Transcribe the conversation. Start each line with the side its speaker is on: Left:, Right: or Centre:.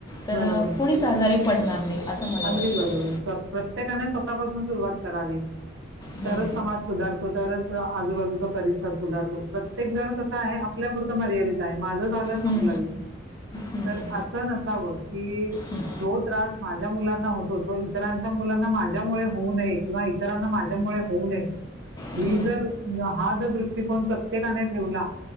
Left: तर
Right: बरोबर
Left: कोणीच आजारी पडणार नाही असं मला
Right: अगदी
Left: वाटतं
Right: बरोबर प्रत्येकाने स्वतःपासून सुरुवात करावी
Left: हं,
Right: तरच समाज सुधारतो तरच आजूबाजूचा परिसर सुधारतो प्रत्यक प्रत्येक जण कसं आहे आपल्यापुरतं मर्यादित आहे माझं झालं संपला
Left: हं,
Right: विषय
Left: हं,
Right: तर असं नसावं की
Left: हं,
Right: जो त्रास माझ होतो इतरांच्या मुलांना माझ्यामुळे होऊ नये किंवा इतरांना माझ्यामुळे होऊ नये
Left: हं,
Right: ही जर हा जर दृष्टिकोन प्रत्येकाने ठेवला